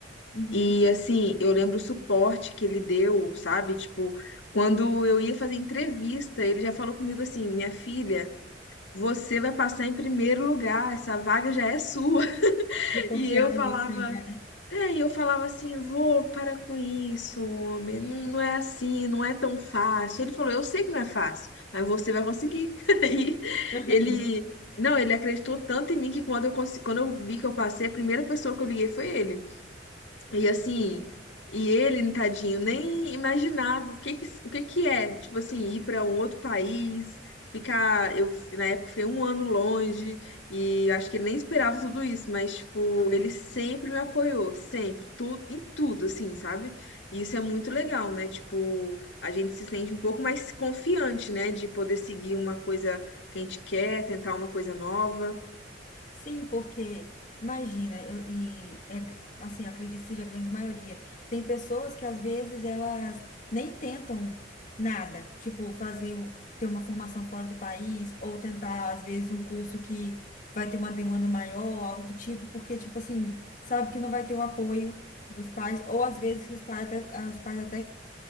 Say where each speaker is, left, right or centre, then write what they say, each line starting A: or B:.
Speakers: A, on the left; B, on the left.
A: uhum.
B: E, assim, eu lembro o suporte que ele deu, sabe? Tipo, quando eu ia fazer entrevista, ele já falou comigo assim, minha filha, você vai passar em primeiro lugar, essa vaga já é sua. <laughs>
A: De confiar
B: E eu falava,
A: em você, né?
B: é, e eu falava assim, vô, para com isso, homem, não, não é assim, não é tão fácil. Ele falou, eu sei que não é fácil, mas você vai conseguir. <laughs> Aí
A: <laughs>
B: ele, não, ele acreditou tanto em mim que quando eu, consi- quando eu vi que eu passei, a primeira pessoa que eu liguei foi ele. E assim, e ele, tadinho, nem imaginava o que que, o que que é, tipo assim, ir para um outro país, ficar, eu na época fiquei um ano longe e acho que ele nem esperava tudo isso, mas tipo,
A: Uhum.
B: ele sempre me apoiou, sempre, tudo, em tudo, assim, sabe? E isso é muito legal, né? Tipo, a gente se sente um pouco mais confiante, né, de poder seguir uma coisa que a gente quer, tentar uma coisa nova.
A: Sim, porque imagina, eu- e é, g- assim, eu acredito que seja a grande maioria. Tem pessoas que às vezes elas nem tentam nada, tipo fazer o- ter uma formação fora do país ou tentar às vezes um curso que vai ter uma demanda maior, algo do tipo, porque tipo assim, sabe que não vai ter o apoio dos pais ou às vezes que os pais até, ah, os pais até